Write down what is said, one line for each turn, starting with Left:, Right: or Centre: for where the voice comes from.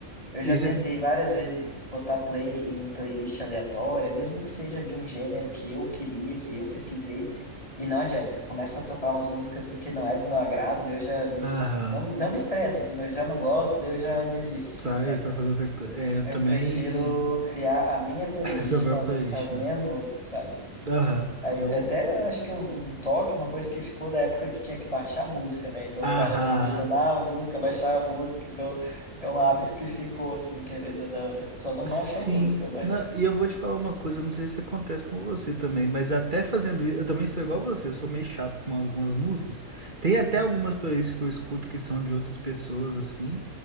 Left: eu já
Right: Isso
Left: tentei
Right: é.
Left: várias vezes botar play em playlist aleatória, mesmo que seja de um gênero que eu queria, que eu pesquisei, e não adianta. Começa a tocar umas músicas assim que não é do meu agrado, daí eu já me,
Right: Aham.
Left: es- não, não me estresso, assim, mas eu já não gosto, daí eu já desisto,
Right: Sai,
Left: assim, sabe?
Right: vai fazer outra coisa. É, eu
Left: Eu
Right: também.
Left: prefiro criar a minha playlist
Right: <laughs> Essa própria
Left: com as,
Right: playlist,
Left: as
Right: né?
Left: minhas músicas, sabe?
Right: Aham.
Left: É-
Right: Eu.
Left: é Até acho que um, um toque, uma coisa que ficou da época que tinha que baixar a música, né? Então
Right: Aham.
Left: o cara selecionava a música, baixava a música, então é um hábito que ficou assim, querendo ou não, né? Só não baixa
Right: Sim,
Left: a música, mas.
Right: Na- e eu vou te falar uma coisa, não sei se acontece com você também, mas até fazendo isso, eu também sou igual você, eu sou meio chato com algumas músicas. Tem até
Left: Hum.
Right: algumas playlists que eu escuto que são de outras pessoas, assim,